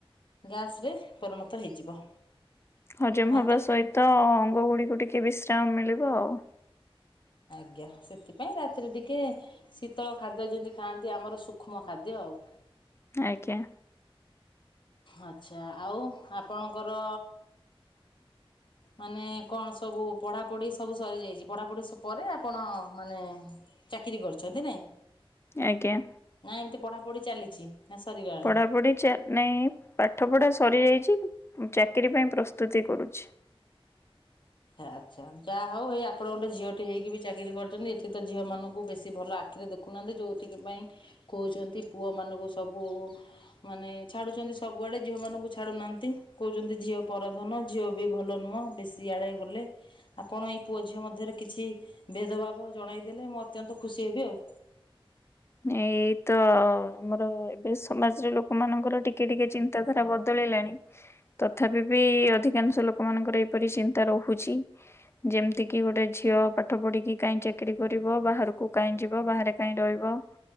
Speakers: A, on the left (about 55°); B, on the left (about 25°).
A: ଗ୍ୟାସ୍ରେ ପରିଣତ ହେଇଯିବ
B: ହଜମ
A: ଭାତଟା
B: ହବା ସହିତ ଅଙ୍ଗଗୁଡିକୁ ଟିକେ ବିଶ୍ରାମ ମିଳିବ ଆଉ
A: ଆଜ୍ଞା ସେଥିପାଇଁ ରାତି ରାତିରେ ଟିକେ ଶୀତଳ ଖାଦ୍ୟ ଯେମିତି ଖାଆନ୍ତି ଆମର ସୂକ୍ଷ୍ମ ଖାଦ୍ୟ ଆଉ
B: ଆଜ୍ଞା
A: ଆଚ୍ଛା ଆଉ ଆପଣଙ୍କର ମାନେ କଣ ସବୁ ପଢ଼ାପଢ଼ି ସବୁ ସରିଯାଇଛି ପଢ଼ାପଢ଼ି ପରେ ଆପଣ ମାନେ ଚାକିରି କରିଛନ୍ତି ନାଇଁ
B: ଆଜ୍ଞା
A: ନାଇଁ ଏମିତି ପଢ଼ାପଢ଼ି ଚାଲିଛି ନା ସରିଗଲାଣି
B: ପଢ଼ାପଢ଼ ଚା ନାଇଁ ପାଠ ପଢା ସରି ଯାଇଛି ଚାକିରୀ ପାଇଁ ପ୍ରସ୍ତୁତି କରୁଛି
A: ଆ ଆଚ୍ଛା ଯାହା ହଉ ହେଇ ଆପଣ ଗୋଟେ ଝିଅଟି ହେକି ବି ଚାକିରି କରିଛନ୍ତି ଏଠି ତ ଝିଅ ମାନଙ୍କୁ ବେଶୀ ଭଲ ଆଖିରେ ଦେଖ ରଖୁନାହାନ୍ତି ଯେଉଁଥିପାଇଁ କହୁଛନ୍ତି ପୁଅମାନଙ୍କୁ ସବୁ ମାନେ ଛାଡୁଛନ୍ତି ସବୁଆଡେ ଝିଅ ମାନଙ୍କୁ ଛାଡୁନାହାନ୍ତି କହୁଛନ୍ତି ଝିଅ ପରଧନ ଝିଅ ବି ଭଲ ନୁହଁ ବେଶି ଆଡ଼େ ଗଲେ ଆପଣ ଏଇ ପୁଅ ଝିଅ ମଧ୍ୟରେ କିଛି ଭେଦଭାବ ଜଣାଇଦେଲେ ମୁଁ ଅତ୍ୟନ୍ତ ଖୁସି ହେବି ଆଉ
B: ଏଇ ତ ଆମର ଏବେ ସମାଜରେ ଲୋକମାନଙ୍କର ଟିକେ ଟିକେ ତା ଧରା ବଦଳିଲାଣି। ତଥାପି ବି ଅଧିକାଂଶ ଲୋକମାନଙ୍କର ଏପରି ଚିନ୍ତା ରହୁଛି। ଯେମିତିକି ଗୋଟେ ଝିଅ ପାଠ ପଢ଼ିକି କାଇହିଁ ଚାକିର କରିବ ବାହାରକୁ କାଇହିଁ ଯିବ ବାହାରେ କାହିଁ ରହିବ।